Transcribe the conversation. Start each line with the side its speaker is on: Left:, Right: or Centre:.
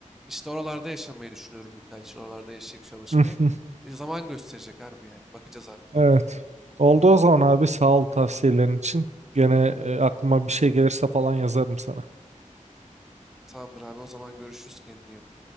Centre: işte oralarda yaşamayı düşünüyorum birkaç yıl. Oralarda yaşayıp çalışmayı.
Right: <laughs>
Centre: E, zaman gösterecek harbi yani. Bakacağız artık.
Right: Evet. Oldu o zaman abi sağ ol tavsiyelerin için. Gene e, aklıma bir şey gelirse falan yazarım sana.
Centre: Tamamdır abi o zaman görüşürüz kendine iyi bak.